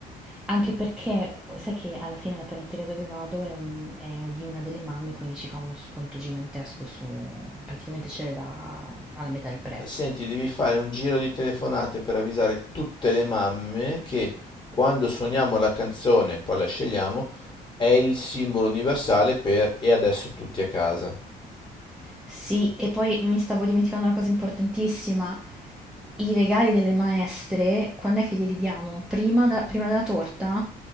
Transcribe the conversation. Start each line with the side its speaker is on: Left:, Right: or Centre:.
Centre: anche perché sai che alla fine la panetteria dove vado è, un- è di una delle mamme, quindi ci fa uno sconto gigantesco su, praticamente ce l'è da alla metà del prezzo.
Left: Senti, devi fare un giro di telefonate per avvisare tutte le mamme che quando suoniamo la canzone, poi la scegliamo, è il simbolo universale per e adesso tutti a casa.
Centre: Sì, e poi mi stavo dimenticando una cosa importantissima. I regali delle maestre, quando è che glieli diamo? Prima, da- prima della torta?